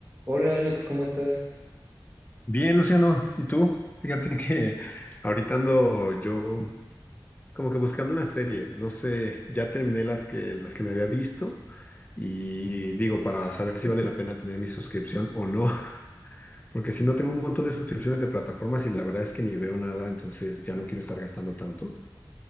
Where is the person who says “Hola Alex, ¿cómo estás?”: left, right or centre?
Right